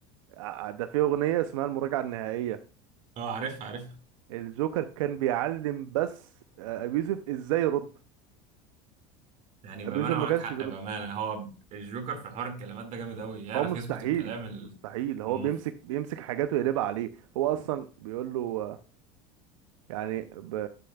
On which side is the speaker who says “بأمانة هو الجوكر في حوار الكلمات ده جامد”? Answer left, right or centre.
Right